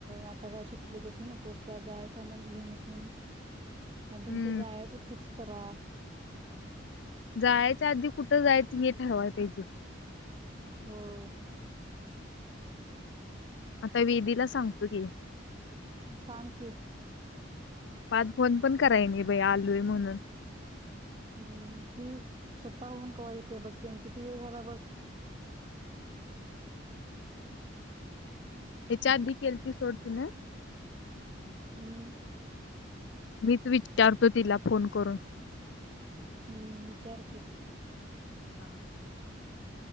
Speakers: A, on the right (about 25°); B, on the left (about 65°).
A: आता काय सुटले केच घेऊ नकोस त्या जाय टायमाला घेमस म्हण आणि तुमचं
B: हम्म
A: जायच फिक्स अकरा
B: जायच्या आधी कुठं जायचं हे ठरवाय पाहिजे
A: होय
B: आता वेदीला सांगतो की
A: सांग की
B: बाद फोन पण करायनी बाई आलूय म्हणून
A: हम्म ती स्वतः होऊन कवा यथे बक्ककीन किती वेळ झाला बघ
B: हे च्या आदी केलती सोडती न
A: हम्म
B: मीच विचारतो तिला फोन करून
A: हम्म विचार की
B: हा